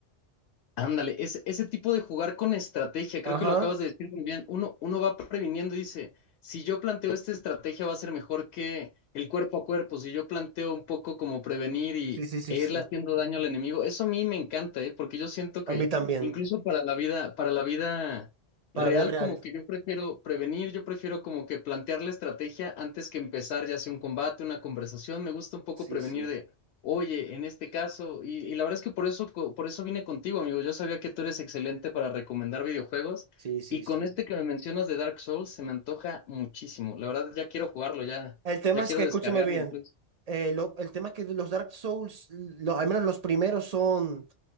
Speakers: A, on the left; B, on the right.
A: Ándale, ese, ese tipo de jugar con estrategia, creo
B: Ajá.
A: que lo acabas de decir muy bien. Uno, uno va previniendo y dice, si yo planteo esta estrategia va a ser mejor que el cuerpo a cuerpo, si yo planteo un poco como prevenir y,
B: Sí, sí, sí,
A: e
B: sí.
A: irle haciendo daño al enemigo, eso a mí me encanta, ¿eh? Porque yo siento que
B: A mí también.
A: incluso para la vida, para la vida
B: Para
A: real,
B: vida real.
A: como que yo prefiero prevenir, yo prefiero como que plantear la estrategia antes que empezar ya sea un combate, una conversación, me gusta un poco
B: Sí,
A: prevenir
B: sí.
A: de... Oye, en este caso, y, y la verdad es que por eso, co- por eso vine contigo, amigo. Yo sabía que tú eres excelente para recomendar videojuegos
B: Sí, sí,
A: y
B: sí.
A: con este que me mencionas de Dark Souls se me antoja muchísimo. La verdad, ya quiero jugarlo, ya,
B: El tema
A: ya
B: es
A: quiero
B: que,
A: descargarlo
B: escúchame bien,
A: incluso.
B: eh, lo- el tema es que los Dark Souls, lo- al menos los primeros son...